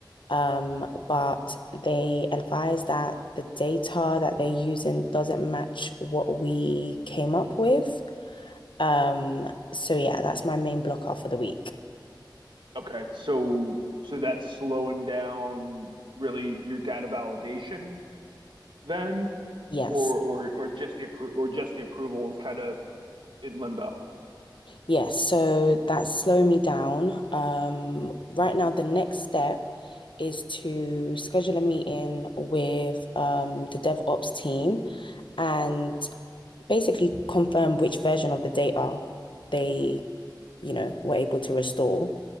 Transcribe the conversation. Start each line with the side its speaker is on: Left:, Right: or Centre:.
Left: um, but they advised that the data that they're using doesn't match what we came up with. Um, so yeah, that's my main blocker for the week.
Right: Okay, so so that's slowing down really your data validation then,
Left: Yes.
Right: or or or just the appro or just the approval is kind of in limbo.
Left: Yes, so that's slowing me down. Um, right now, the next step is to schedule a meeting with um, the DevOps team and basically confirm which version of the data they, you know, were able to restore.